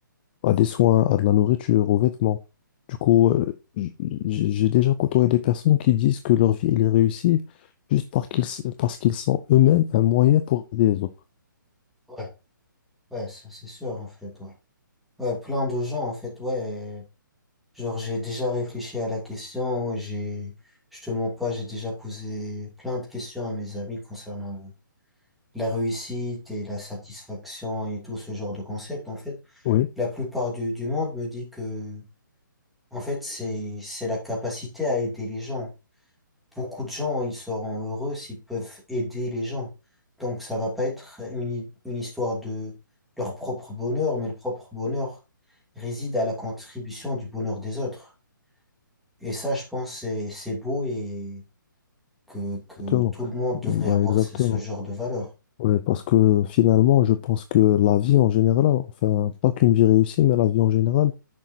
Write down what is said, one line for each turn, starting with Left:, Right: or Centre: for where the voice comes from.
Left: à des soins, à de la nourriture, aux vêtements. Du coup, euh, j- j- j'ai déjà côtoyé des personnes qui disent que leur vie, elle est réussie juste parce qu'ils, s- parce qu'ils sont eux-mêmes un moyen pour aider les autres.
Centre: Ouais, ouais, ça c'est sûr en fait, ouais. Ouais, plein de gens en fait, ouais. Genre j'ai déjà réfléchi à la question, et j'ai, je te mens pas, j'ai déjà posé plein de questions à mes amis concernant la réussite et la satisfaction et tout ce genre de concept en fait.
Left: Oui,
Centre: La plupart du, du monde me dit que En fait, c'est, c'est la capacité à aider les gens. Beaucoup de gens, ils seront heureux s'ils peuvent aider les gens. Donc, ça va pas être une, hi- une histoire de leur propre bonheur, mais le propre bonheur réside à la contribution du bonheur des autres. Et ça, je pense, c'est, c'est beau et que, que
Left: exactement.
Centre: tout le monde devrait
Left: Ouais,
Centre: avoir
Left: exactement.
Centre: ce, ce genre de valeur.
Left: Ouais, parce que finalement, je pense que la vie en général, enfin, pas qu'une vie réussie, mais la vie en général,